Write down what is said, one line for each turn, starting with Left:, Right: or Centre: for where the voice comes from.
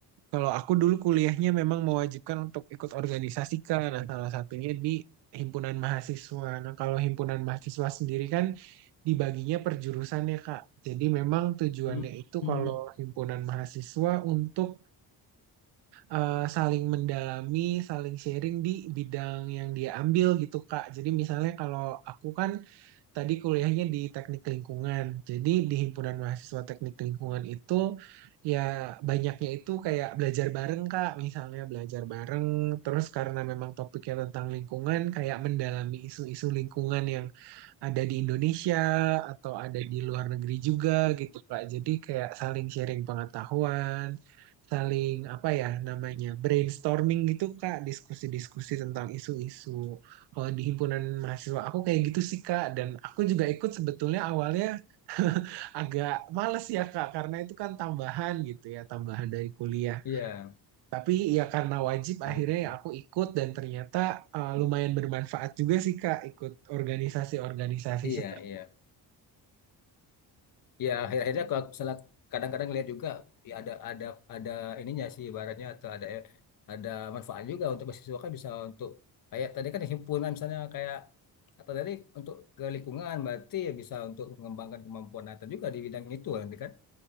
Right: Kalau aku dulu kuliahnya memang mewajibkan untuk ikut organisasi kan, nah salah satunya di himpunan mahasiswa. Nah kalau himpunan mahasiswa sendiri kan dibaginya per jurusan ya Kak. Jadi memang tujuannya
Left: Hmm.
Right: itu
Left: Hmm.
Right: kalau himpunan mahasiswa untuk eh, saling mendalami, saling sharing di bidang yang dia ambil gitu, Kak. Jadi misalnya kalau aku kan tadi kuliahnya di teknik lingkungan. Jadi di himpunan mahasiswa teknik lingkungan itu ya banyaknya itu kayak belajar bareng Kak, misalnya belajar bareng terus karena memang topiknya tentang lingkungan kayak mendalami isu-isu lingkungan yang ada di Indonesia atau ada di luar negeri juga gitu Kak. Jadi kayak saling sharing pengetahuan, saling apa ya namanya brainstorming gitu Kak, diskusi-diskusi tentang isu-isu. Kalau di himpunan mahasiswa aku kayak gitu sih Kak dan aku juga ikut sebetulnya awalnya <laughs> agak males ya Kak karena itu kan tambahan gitu ya, tambahan dari kuliah.
Left: iya
Right: Tapi ya karena wajib akhirnya
Left: iya
Right: ya aku ikut dan ternyata uh, lumayan bermanfaat juga sih Kak ikut organisasi-organisasi
Left: iya
Right: seperti
Left: iya ya akhir-akhirnya kalau misalnya kadang-kadang lihat juga ya ada ada ada ininya sih ibaratnya atau ada ada manfaat juga untuk mahasiswa kan bisa untuk kayak tadi kan himpunan misalnya kayak atau tadi untuk ke lingkungan berarti ya bisa untuk mengembangkan kemampuan Nathan juga di bidang itu nanti kan